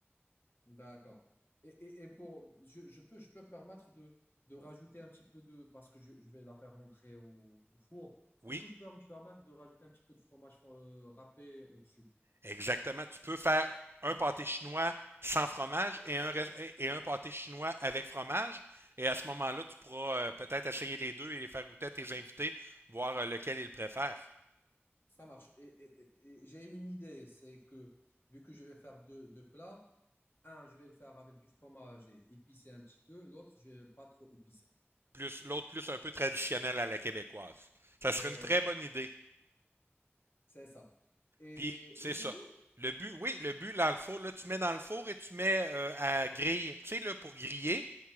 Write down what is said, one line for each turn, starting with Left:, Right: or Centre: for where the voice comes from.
Left: d'accord. Et, et, et pour, je, je peux, je peux me permettre de, de rajouter un petit peu de, parce que je, je vais la faire rentrer au, au four.
Right: Oui,
Left: Est-ce que je peux me permettre de rajouter un petit peu de fromage euh, râpé au-dessus?
Right: Exactement. Tu peux faire un pâté chinois sans fromage et un, res- et- un pâté chinois avec fromage. Et à ce moment-là, tu pourras euh, peut-être essayer les deux et les faire goûter à tes invités, voir euh, lequel ils préfèrent.
Left: Ça marche. Et, et- et- et j'ai une idée, c'est que vu que je vais faire deux, deux plats, Un, je vais le faire avec du fromage et épicé un petit peu. L'autre, je vais pas trop épicé.
Right: Plus l'autre plus un peu traditionnel à la québécoise. Ça serait
Left: C'est
Right: une très bonne idée.
Left: c'est ça. Et,
Right: Puis c'est
Left: et c'est
Right: ça.
Left: tout?
Right: Le but, oui, le but dans le four, là, tu mets dans le four et tu mets euh, à griller. Tu sais, là, pour griller,